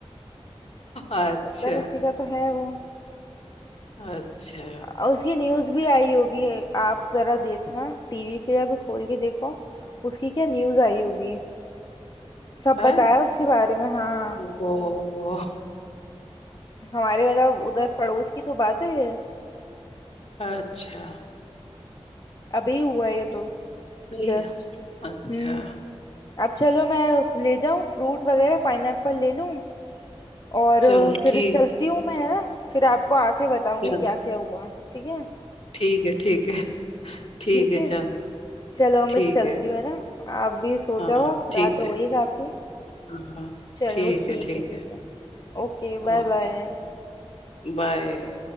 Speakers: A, on the left; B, on the left.
A: अच्छा
B: सत्तर अस्सी का तो है वो
A: अच्छा
B: अ, उसकी न्यूज भी आई होगी आप जरा देखना टीवी पे अभी खोल के देखो उसकी क्या न्यूज आई होगी सब
A: अच्छा,
B: बताया
A: है
B: उसके बारे में हाँ
A: ओ
B: हमारे मतलब उधर पड़ोस की तो बात है ये।
A: अच्छा
B: अभी हुआ है ये तो
A: सही
B: जस्ट
A: है अच्छा
B: हम्म अब चलो मैं ले जाऊं फ्रूट वगैरह पाइनएप्पल ले लूं और अ,
A: चल
B: फिर
A: ठीक
B: चलती हूँ मैं है ना फिर आपको आके बताऊंगी
A: चल
B: क्या क्या हुआ ठीक है
A: ठीक है ठीक है
B: ठीक
A: ठीक है
B: है
A: चल
B: चलो मैं
A: ठीक
B: चलती
A: है
B: हूँ है ना आप भी सो
A: हाँ
B: जाओ आप,
A: ठीक
B: रात हो
A: है
B: गई काफी
A: हाँ हाँ
B: चलो
A: ठीक
B: ठीक
A: है ठीक
B: है ठीक
A: है
B: है Okay
A: ओके
B: bye bye
A: बाय